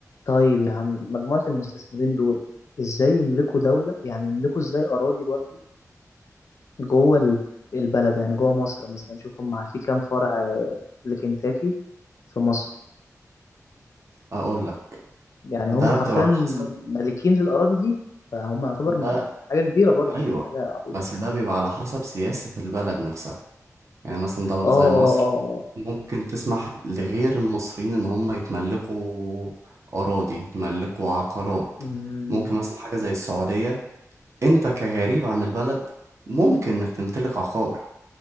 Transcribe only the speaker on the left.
طيب يا عم مجموعة المستثمرين دول ازاي يملكوا دولة يعني يملكوا ازاي أراضي برضو جوه ال- البلد يعني جوه مصر مثلا شوف هم في كام فرع آه، لكنتاكي في مصر
يعني هم
حرفيا
مالكين للأراضي دي فهم يعتبر
ما يعني حاجة كبيرة برضو
مش حاجة عبيطة
اه اه
اه آه.
امم